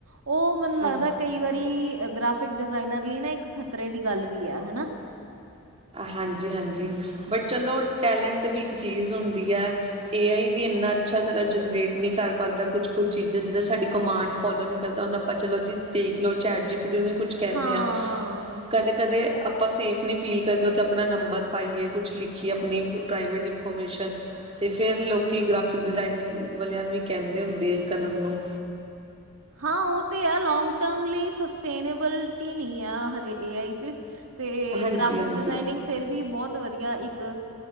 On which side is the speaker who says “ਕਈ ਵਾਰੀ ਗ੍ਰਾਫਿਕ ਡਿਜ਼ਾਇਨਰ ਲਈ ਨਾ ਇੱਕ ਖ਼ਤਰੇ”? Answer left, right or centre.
Right